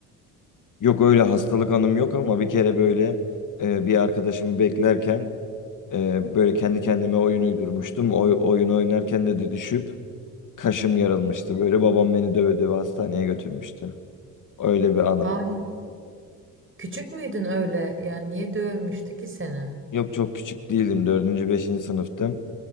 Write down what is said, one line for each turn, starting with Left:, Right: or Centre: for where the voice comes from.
Left: Yok öyle hastalık anım yok ama bir kere böyle e, bir arkadaşımı beklerken e, böyle kendi kendime oyun uydurmuştum. Oy, oyun oynarken de de düşüp kaşım yarılmıştı. Böyle babam beni döve döve hastaneye götürmüştü. Öyle bir anım.
Right: Aa, küçük müydün öyle? Yani niye dövmüştü ki seni?
Left: Yok çok küçük değildim. Dördüncü, beşinci sınıftım.